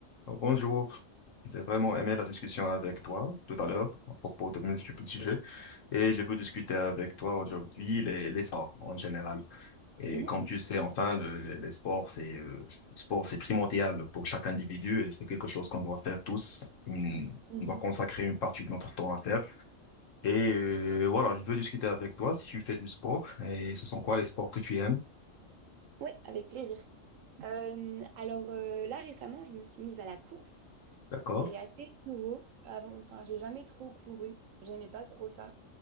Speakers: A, on the left; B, on the right.
A: Alors, Bonjour, j'ai vraiment aimé la discussion avec toi tout à l'heure à propos de multiples sujets et je veux discuter avec toi aujourd'hui les, les sports en général. Et
B: Mhm,
A: comme tu sais, enfin, le- le- les sports, c'est euh, le sport, c'est primordial pour chaque individu et c'est quelque chose qu'on doit faire tous. Une-
B: mhm.
A: on doit consacrer une partie de notre temps à faire. Et euh, voilà, je veux discuter avec toi si tu fais du sport et ce sont quoi les sports que tu aimes?
B: Ouais, avec plaisir. Euh, alors euh, là récemment, je me suis mise à la course.
A: D'accord?
B: C'est assez nouveau. Avant, enfin, j'ai jamais trop couru. J'aimais pas trop ça.